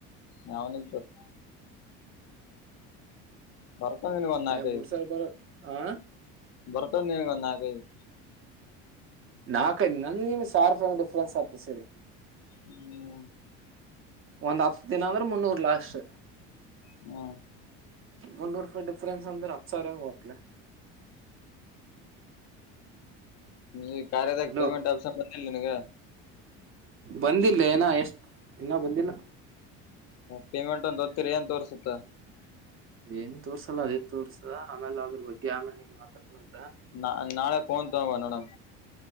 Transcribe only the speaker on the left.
ಯಾವನಿಗೆ ಗೊತ್ತು ಬರ್ತಾವ ನಿನಗೆ ಒಂದು ನಾಕು
ಐದು
ಬರ್ತವ್ ನಿನಗೆ ಒಂದು ನಾಕು ಐದು
ಹ್ಮು
ಹ್ಮು
ನೀ ಕಾರ್ಯದಗ್
ಪೇಮೆಂಟ್ ಆದ್ರೆ ಸಂಬಂದಿಲ್ ನಿನಿಗೆ
ಪೇಮೆಂಟ್ ಒಂದ ಹೊತ್ತಿರಿ ಏನ್ ತೋರ್ಸುತ್ತೆ
ನ ನಾಳೆ ಫೋನ್ ತಾಬ ನೋಡಣ